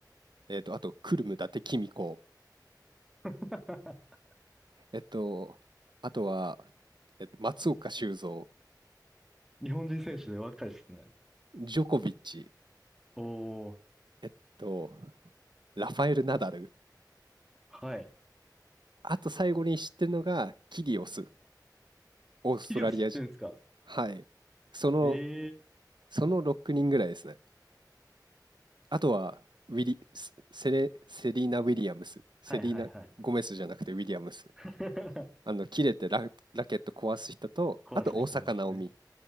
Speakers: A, on the right; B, in the centre.
A: えっと、あと、クルム、伊達公子、
B: <laughs>
A: えっと、あとは、えっと、松岡修造、
B: 日本人選手で若いですね。
A: ジョコビッチ、
B: おー、
A: えっと、ラファエル・ナダル、
B: はい。
A: あと最後に知ってるのがキリオス、オーストラリア人。
B: キリオス知ってるんですか
A: はい。その、
B: え
A: その6人ぐらいですね。あとは、ウィリ、セセレ、セリーナ・ウィリアムス、セリーナ・
B: はいはいはい。
A: ゴメスじゃなくてウィリアムス。
B: <laughs>
A: あの、切れてラ、ラケット壊す人と、
B: 壊す人ですね。
A: あと大坂なおみ。